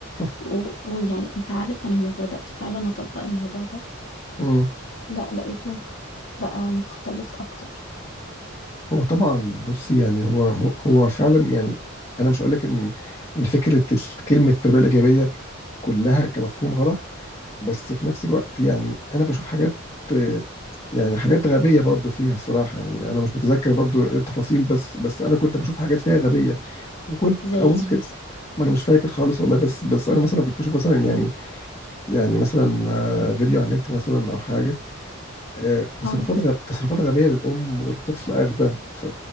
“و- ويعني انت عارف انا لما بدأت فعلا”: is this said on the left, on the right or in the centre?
Left